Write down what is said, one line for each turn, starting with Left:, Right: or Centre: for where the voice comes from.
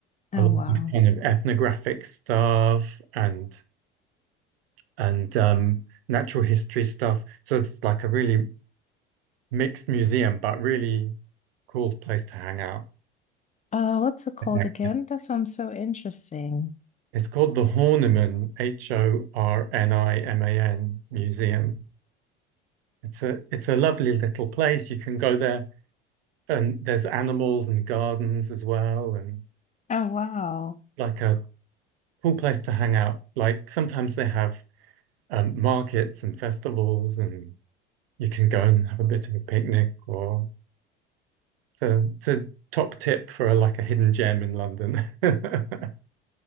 Left: Oh,
Right: a lot
Left: wow.
Right: of kind of ethnographic stuff and and um, natural history stuff. So it's like a really mixed museum, but really cool place to hang out.
Left: Uh, what's it called
Right: Yeah.
Left: again? That sounds so interesting.
Right: It's called the Horniman, H-O-R-N-I-M-A-N Museum. It's a it's a lovely little place. You can go there and there's animals and gardens as well and
Left: Oh, wow.
Right: like a cool place to hang out. Like sometimes they have um, markets and festivals and you can go and have a bit of a picnic or it's a, it's a top tip for a, like a hidden gem in London. <laughs>